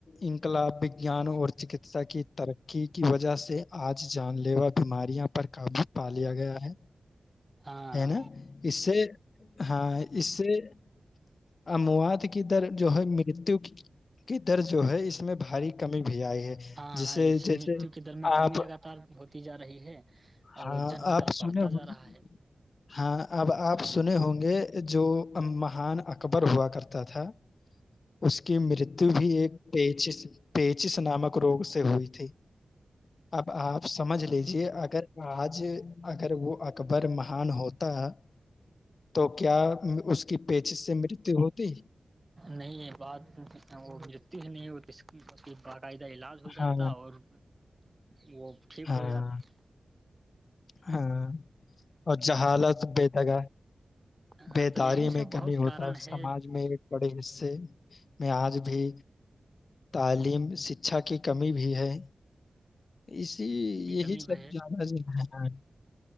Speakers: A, on the left; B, on the right.
A: ان کلا وگیان اور چکتسا کی ترقی کی وجہ سے آج جان لیوا بھی بیماریاں پر قابو پا لیا گیا ہے
B: ہاں
A: ہے نا اس سے ہاں اس سے <unintelligible> اموات کی در جو ہے مرتو کی در جو ہے اس میں بھاری کمی بھی آئی ہے
B: ہاں
A: جسے
B: ہاں اس مرتو
A: جیسے
B: کی در میں کمی
A: آپ
B: لگاتار ہوتی جا رہی ہے اور
A: ہاں
B: جن در
A: آپ
B: بڑھتا
A: سنے
B: جا
A: ہوگ
B: رہا ہے
A: ہاں اب آپ سنے ہوں گے جو مہان اکبر ہوا کرتا تھا اس کی مرتو بھی ایک پیچس پیچس نامک روگ سے ہوئی تھی اب آپ سمجھ لیجے اگر آج اگر وہ بر مہان ہوتا ہے تو کیا اس کی پیچس سے مرتیو ہوتی
B: نہیں یہ بات وہ متی ہی نہیں اس باقاعدہ علاج جاتا
A: ہاں
B: اور وہ ٹھیک
A: ہاں
B: ہو جاتات
A: ہاں اور جہالت بہتگ
B: ہاں
A: بیداری
B: تو یہی سب
A: میں
B: بہت
A: کمی ہوتا
B: کارن
A: ہے سماج
B: یہ
A: میں ایک بڑے حصے میں آج بھی تعلیم شکچھا کی کمی بھی ہے اس ج یہی
B: کمی بھی
A: سب
B: ہے
A: زیادہ جو ہے